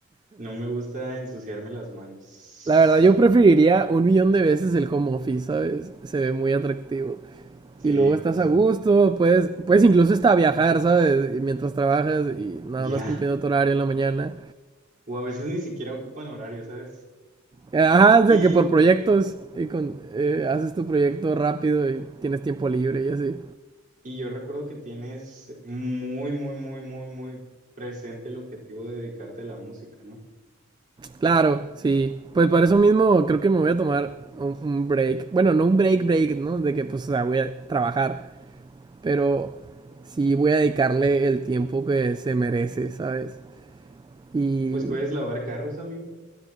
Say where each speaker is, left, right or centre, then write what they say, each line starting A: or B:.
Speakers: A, on the right (about 40°); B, on the right (about 20°).
A: no me gusta ensuciarme las manos.
B: La verdad, yo preferiría un millón de veces el home office, ¿sabes? Se ve muy atractivo.
A: Sí,
B: Y luego estás
A: justo.
B: a gusto, puedes, puedes incluso hasta viajar, ¿sabes? Y Mientras trabajas y nada
A: Ya.
B: más cumpliendo tu horario en la mañana.
A: O a veces ni siquiera ocupan horario, ¿sabes?
B: Ajá, o
A: Y,
B: sea que por proyectos y con, eh, haces tu proyecto rápido y tienes tiempo libre
A: y,
B: y así.
A: y yo recuerdo que tienes muy, muy, muy, muy, muy presente el objetivo de dedicarte a la música, ¿no?
B: Claro, sí. Pues por eso mismo creo que me voy a tomar un, un break. Bueno, no un break, break, ¿no? De que pues, o sea, voy a trabajar. Pero sí voy a dedicarle el tiempo que se merece, ¿sabes? Y
A: Pues puedes lavar carros, amigo.